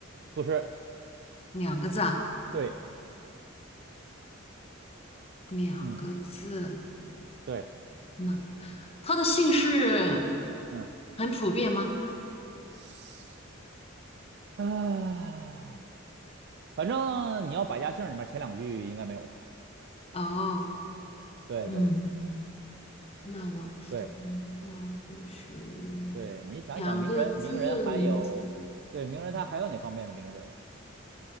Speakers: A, on the right; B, on the left.
A: 不是，
B: 两个字啊，
A: 对，
B: 两个字。
A: 嗯，对，
B: 那他的姓氏
A: 嗯，
B: 很普遍吗？
A: <sighs> 啊。反正你要百家姓里面前两句应该没有他。
B: 哦，
A: 对对对
B: 嗯，那我想问一下，
A: 对
B: 就是
A: 对，你想想名人，
B: 两个字名字
A: 名人还有对名人，
B: 啊，
A: 他还有哪方面的名人，